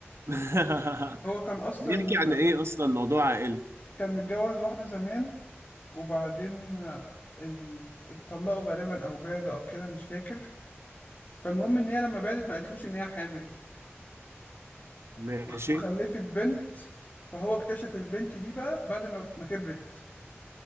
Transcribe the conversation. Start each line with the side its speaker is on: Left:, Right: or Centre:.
Right: <laughs>
Left: هو كان اصلا
Right: بيحكي عن ايه اصلا موضوع عائلي
Left: كان متجوز واحدة زمان وبعدين آه، ال- اتطلقوا غالبا او بعدوا او كده مش فاكر فالمهم ان هي لما بعدت ما قالتلوش ان هي حامل
Right: ماشي
Left: وخ- وخلفت بنت فهو اكتشف البنت دي بقى بعد ما ما كبرت